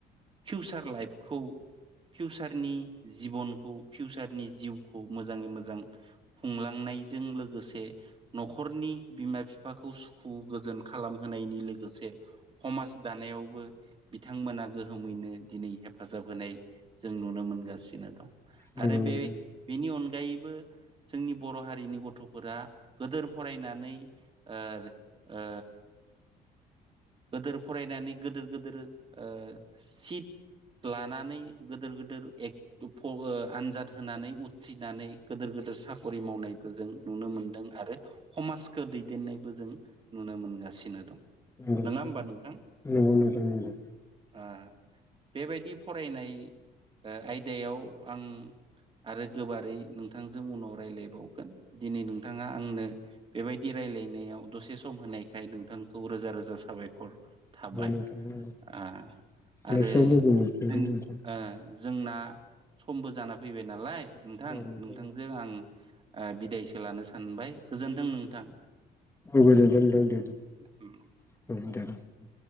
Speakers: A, on the right; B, on the left.
A: फिउसार लाइफखौ फिउसारनि जिबनखौ फिउसारनि जिउखौ मोजाङै मोजां खुंलांनायजों लोगोसे नखरनि बिमा बिफाखौ सुखु गोजोन खालामहोनायनि लोगोसे हमाज दानायावबो बिथांमोना गोहोमैनो दिनै हेफाजाब होनाय जों नुनो मोनगो बिनो दं
B: नंगौ
A: आरो बे
B: नोंथां
A: बेनि अन गायैबो जोंनि बर हारिनि गथफोरा गोदोर फरायनानै ओ ओ गोदोर फरायनानै गिदोर गोदोर ओ सिट लानानै गोदोर गोदोर एक दुफगो आनजाद होनानै उथ्रिनानै गोदोर गोदोर साखरि मावनायबो जों नुनो मोन्दों आरो हमाजखो दैदेननायबो जों नुनो मोनगासिनो दं
B: नोंगौ
A: नङा होमबा नोंथां
B: नोंगौ नोंथां नोंगौ
A: ओ बेबायदि फरायनाय आयदायाव आं आरो गोबारै नोंथांजों उनाव रायलायबावगोन दिनै नोंथाङा आंनो बेबायदि राय रायलायनायाव दसे सम होनायखाय नोंथांखौ रोजा रोजा साबायखर थाबाय
B: नोंथां नंगौ
A: ओ आरो
B: नेक्स्टआव लोगो मोनफिनगोन
A: जों
B: नोंथां
A: जोंना समबो जाना फैबाय नालाय नोंथां
B: औ
A: नोंथांजों
B: औ
A: आं बिदाय लानो सानबाय गोजोन्थों नोंथां
B: औ गोजोनथों नोंथां दे
A: उम
B: दे <unintelligible>